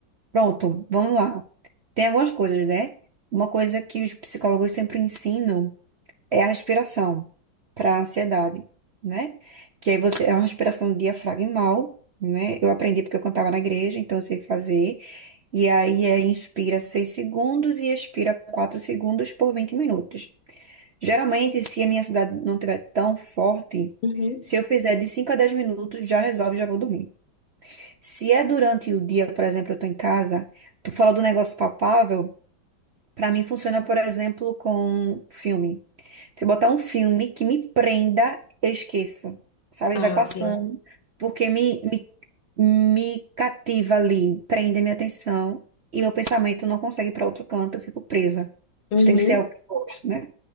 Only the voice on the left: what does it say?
Uhum.
Ah,
sim.
Uhum.